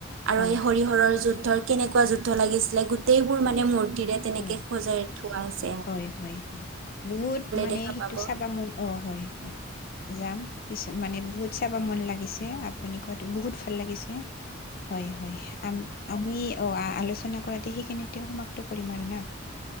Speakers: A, on the right; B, on the left.
A: আৰু
B: হয়
A: এই
B: হয়
A: হৰিহৰৰ যুদ্ধৰ কেনেকুৱা যুদ্ধ লাগিছিলে গোটেইবোৰ মানে মূৰ্তিৰে- তেনেকে
B: অ
A: সজাই থোৱা আছ-
B: হয় হয় হয়, বহুত মানে
A: দেখা
B: সেইটো
A: পাব
B: চাবা মন। অ', হয় হয়, যাম। পিছত মানে বহুত চাবা মন লাগিছে। আপুনি ক'ত - তু বহুত ভাল লাগিছে। হয় হয়, আম- আমি অ' আলোচনা কৰাতে সেইখিনিতে সমাপ্ত কৰিম আৰু না।